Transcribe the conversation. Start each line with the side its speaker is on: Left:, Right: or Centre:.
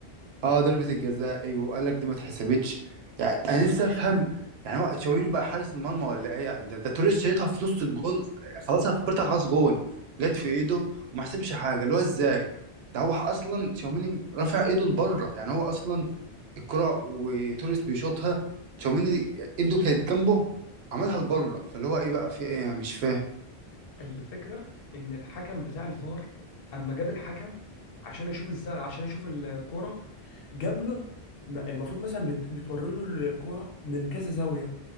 Right: اه ضربة الجزاء ايوه قالك دي ما اتحسبتش يعني أنا نفسي أفهم يعني هو تشاوميني بقى حارس المرمى ولا ايه يعني ده, ده توريس شايطها في نص الجون خلاص أنا فكرتها خلاص جون جت في إيده وما حسبش حاجة اللي هو ازاي ده هو اصلا تشاوميني رافع ايده لبره يعني هو اصلا الكرة وتوريس بيشوطها تشاوميني ايده كانت جنبه عملها لبره فاللي هو ايه بقى في ايه أنا مش فاهم
Left: الفكره ان الحكم بتاع الفار اما جاب الحكم عشان يشوف ازاي عشان يشوف الكوره جاب له م- المفروض مثلا بت... بتوري له الكوره من كذا زاويه